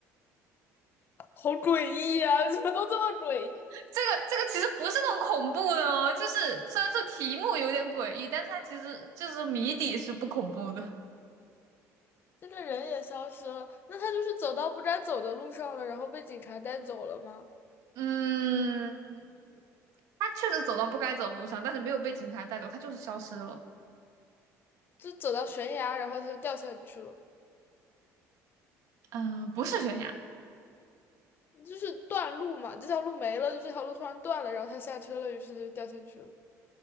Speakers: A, on the left; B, on the right.
A: 好诡异啊，怎么都这么诡异？
B: 这个这个这个其实不是那种恐怖的哦，就是虽然说题目有点诡异，但是它其实就是谜底是不恐怖的。
A: 这个人也消失了，那他就是走到不该走的路上了，然后被警察带走了吗？
B: 嗯，他确实走到不该走的路上，但是没有被警察带走，他就是消失了。
A: 就走到悬崖，然后他就掉下去了。
B: 嗯、不是悬崖。
A: 就是断路嘛，这条路没了，就这条路突然断了，然后他下车了，于是他就掉下去了。